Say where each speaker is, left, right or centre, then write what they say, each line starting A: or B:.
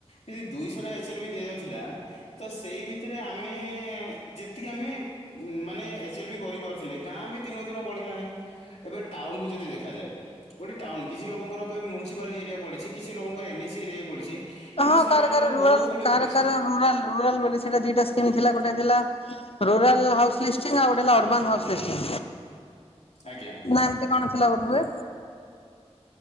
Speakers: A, on the left; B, on the left.
A: ଯଦି ଦୁଇଶହ ଟା ଏଚଏଲ୍ ବି ଦିଆଯାଉଥିଲା ଥିଲା ତ ସେଇ ଭିତରେ ଆମେ ଯେତିକି ଆମେ ମାନେ ଏଚଲ୍ ବି କରିପାରୁଥିଲେ ଗାଁ ବି ଦିନକୁ ଦିନ ପଢିଲାଣି ଏବେ ଟାଉନକୁୁ ଯଦି ଦେଖାଯାଏ ଗୋଟେ ଟାଉନ କିଛି ଲୋକଙ୍କର ଏବେ ମ୍ୟୁନିସିପାଲିଟି ଏରିଆ ପଡିଛି କିଛି ଲୋକଙ୍କର ଏନଏସି ଏରିଆ ବି ପଡିଛି କିନ୍ତୁ
B: ହଁ
A: ସେମାନଙ୍କର
B: କାର ରଲ
A: ବହୁତ ଗୁଡେ
B: କାର
A: ପଡିଛି
B: ରଲ ରଲ ବୋଲି ସେଟା ଦିଟା ସ୍କି ଥିଲା ଗୋଟେଥିଲା ରଲ ହାଉସ୍ ଲିଂ୍ ଆଉେ ଅର୍ବନ ହାଉସ୍ ଲେଂ
A: ଆଜ୍ଞା
B: ନା ଏମତି କଣ ଥିଲା ବୋଧହୁଏ।